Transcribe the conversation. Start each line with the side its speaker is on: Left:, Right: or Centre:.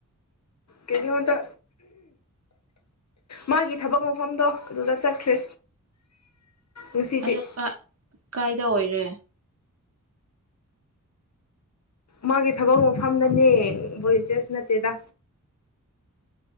Left: ꯀꯩꯅꯗ ꯃꯥꯒꯤ ꯊꯕꯛ ꯃꯐꯝꯗꯣ ꯑꯗꯨꯗ ꯆꯠꯈ꯭ꯔꯦ ꯉꯁꯤꯗꯤ
Right: ꯑꯗꯨ ꯀꯥꯏꯗ ꯑꯣꯏꯔꯦ
Left: ꯃꯥꯒꯤ ꯊꯕꯛ ꯃꯐꯝꯗꯅꯦ ꯚꯣꯂꯦꯟꯇꯤꯌꯔꯁ ꯅꯠꯇꯦꯗ